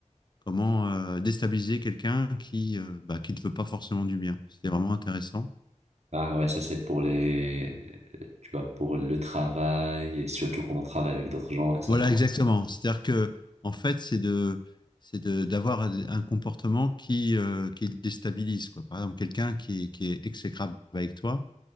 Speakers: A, on the left (about 35°); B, on the right (about 60°).
A: Comment euh, déstabiliser quelqu'un qui, euh, bah, qui ne veut pas forcément du bien. C'était vraiment intéressant.
B: Ah ouais, ça c'est pour les, tu vois, pour le travail, et surtout quand on travaille avec d'autres gens et ça.
A: Voilà, exactement. C'est-à-dire que, en fait, c'est de, c'est de, d'avoir un comportement qui, euh, qui déstabilise, quoi. Par exemple, quelqu'un qui, est- qui est exécrable avec toi,